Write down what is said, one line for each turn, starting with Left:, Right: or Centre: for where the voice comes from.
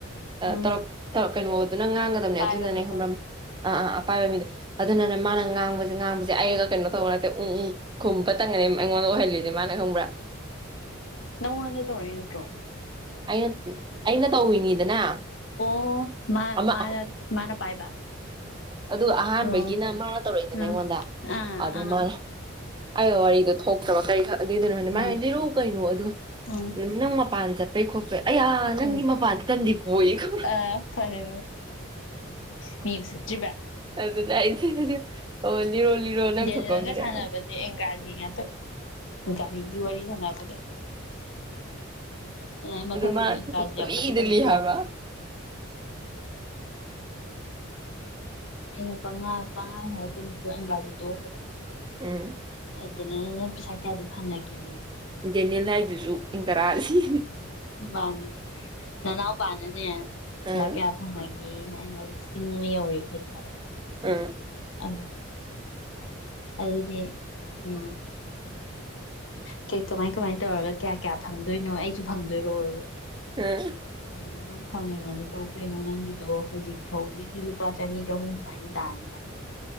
Left: ꯎꯝ
Right: ꯇꯧꯔꯛ ꯀꯩꯅꯣ ꯑꯗꯨꯅ ꯉꯥꯡꯒꯗꯕꯅꯦ
Left: ꯄꯥꯏꯕ
Right: ꯑꯗꯨꯅꯅꯦ꯭ꯔꯝ
Left: ꯃꯤꯗꯣ
Right: ꯑꯥ ꯑꯥ ꯑꯄꯥꯏꯕ ꯃꯤꯗꯣ ꯑꯗꯨꯅꯅꯦ ꯃꯥꯅ ꯉꯥꯡꯕꯁꯦ ꯉꯥꯡꯕꯁꯤ ꯑꯩꯅꯥꯒ ꯀꯩꯅꯣ ꯇꯧꯕ ꯅꯠꯇꯦ ꯎꯟ ꯈꯨꯝꯕꯇꯪꯒꯅꯤ ꯑꯩꯉꯣꯟꯗ ꯑꯣꯏꯍꯜꯂꯤꯁꯦ ꯃꯥꯅ ꯈꯨꯝꯕ꯭ꯔꯥ
Left: ꯉꯣꯟꯗ ꯇꯧꯔꯛꯏ ꯅꯠꯇ꯭ꯔꯣ
Right: ꯑꯩꯅ ꯑꯩꯅ ꯇꯧꯔꯤꯅꯤꯗꯅ
Left: ꯑꯣ ꯃꯥ
Right: ꯑꯃ
Left: ꯃꯥꯅ ꯃꯥꯅ ꯄꯥꯏꯕ
Right: ꯑꯗꯨ ꯑꯍꯥꯟꯕꯒꯤꯅ
Left: ꯑꯣ
Right: ꯃꯥꯅ ꯇꯧꯔꯛꯏꯗꯅ
Left: ꯑꯥ
Right: ꯑꯩꯉꯣꯟꯗ
Left: ꯑꯥ
Right: ꯑ
Left: ꯑꯥ
Right: ꯃꯥꯅ ꯑꯩ ꯋꯥꯔꯤꯗꯣ ꯊꯣꯛ ꯠꯇ ꯀꯩ ꯑꯗꯨꯏꯗꯨꯅꯣ ꯍꯥꯏ
Left: ꯑꯥ
Right: ꯃꯥꯏ ꯍꯥꯏꯗꯤꯔꯧ ꯀꯩꯅꯣ ꯑꯗꯨꯒ
Left: ꯑꯥ
Right: ꯑꯗꯨꯝ ꯅꯪ ꯃꯄꯥꯟ ꯆꯠꯄꯩ ꯈꯣꯠꯄꯩ ꯑꯌꯥ ꯅꯪꯗꯤ
Left: ꯑꯥ
Right: ꯃꯄꯥꯟꯗꯇꯝꯗꯤ ꯀꯣꯏꯀꯣ
Left: ꯑ ꯐꯔꯦ ꯃꯤ ꯎꯁꯤꯠꯇꯔꯤꯕꯥ
Right: ꯑꯗꯨꯅ ꯑꯩ ꯑꯣ ꯂꯤꯔꯣ ꯂꯤꯔꯣ ꯅꯪ
Left: ꯗꯦꯅꯦꯜꯒ
Right: ꯊꯣꯛꯀꯅꯤꯔ
Left: ꯁꯥꯟꯅꯕꯁꯦ ꯑꯦꯡꯒ꯭ꯔꯥꯖꯤ ꯉꯥꯛꯇ ꯒꯥꯔꯤꯒꯤ ꯋꯥꯔꯤ ꯁꯥꯅꯕꯗꯥ ꯑꯗꯨ ꯑꯩ ꯃꯊꯪꯗꯗꯤ
Right: ꯃꯥ
Left: ꯏꯪꯒꯥꯖ
Right: ꯊꯣꯛꯄ ꯄꯨꯂꯤꯗ
Left: ꯌꯥꯝ ꯇꯄꯛꯀꯅꯨ
Right: ꯂꯤ
Left: ꯀꯣꯟꯅꯤ
Right: ꯍꯥꯏꯕ
Left: ꯑꯩꯅꯥ ꯄꯥꯉꯟ ꯉꯪ ꯀꯩꯅꯨ ꯀꯣ ꯑꯦꯪꯒꯥꯖꯤꯗꯣ ꯍꯥꯏꯕ
Right: ꯎꯝ
Left: ꯑꯗꯨꯅ ꯅꯪ ꯄꯩꯁꯥ ꯀꯌꯥꯗꯤ ꯐꯪꯉꯒꯦ
Right: ꯗꯦꯅꯦꯜ ꯍꯥꯏꯗꯨꯁꯨ ꯏꯪ ꯇꯔꯥ ꯑꯁꯤꯅꯤ
Left: ꯃꯥꯅꯤ ꯅꯥꯅꯥꯎꯄꯥ ꯅꯥꯅꯦ ꯄꯩꯁꯥ
Right: ꯑꯥ
Left: ꯀꯌꯥ ꯐꯪ ꯑꯩꯅ ꯆꯤꯡ ꯑꯃ ꯌꯧꯔꯦ ꯑꯩꯈꯣꯏꯗꯤ ꯍꯥꯏꯕꯣ
Right: ꯎꯝ
Left: ꯑ ꯑꯗꯨꯗꯤ ꯎꯝ ꯀꯃꯥꯏ ꯀꯃꯥꯏ ꯇꯧꯔꯒ ꯀꯌꯥ ꯀꯌꯥ ꯐꯪꯗꯣꯏꯅꯣ ꯑꯩꯁꯨ ꯐꯪꯗꯣꯏꯔꯣꯌꯦ ꯑꯩꯅꯥ
Right: ꯑꯥ
Left: ꯑꯥ ꯅꯪ ꯐꯪꯅꯤꯡꯂꯗꯤ ꯇꯧ ꯀꯩꯅꯣ ꯅꯪꯒꯤꯗꯣ ꯍꯧꯖꯤꯛ ꯐꯥꯎꯒꯤꯗꯤ ꯂꯨꯄꯥ ꯆꯅꯤ ꯆꯍꯨꯝ ꯁꯨꯃꯥꯏꯅꯗꯤ ꯇꯥꯅꯤ ꯍꯥꯏꯕ